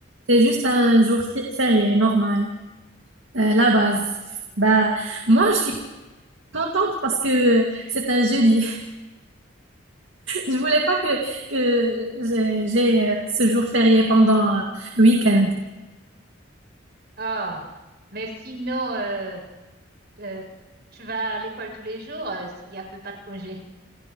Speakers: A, on the right (about 70°); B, on the right (about 55°).
A: c'est juste un jour fi- férié, normal, euh, la base. bah moi, je suis contente parce que c'est un jeudi. Je voulais pas que, que j'ai j'ai, euh, ce jour férié pendant euh, le week-end.
B: ah, mais sinon, euh, euh, tu vas à l'école tous les jours euh, s'il y a fait pas de congé.